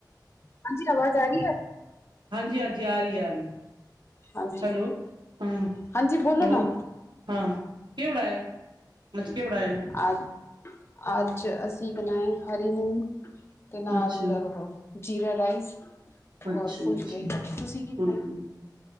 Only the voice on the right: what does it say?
ਹਾਂਜੀ- ਹਾਂਜੀ ਆ ਰਹੀ ਏ, ਆ ਰਹੀ ਏ।
ਹੈਲੋ, ਹਾਂ
ਹੋਰ
ਹਾਂ ਕੀ ਉੜਾਇਆ। ਨੱਚ ਕੇ ਉੜਾਇਆ ਇਹਨੇ।
ਅੱਛਾ
ਅੱਛਾ-ਅੱਛਾ,
ਬਿਲਕੁਲ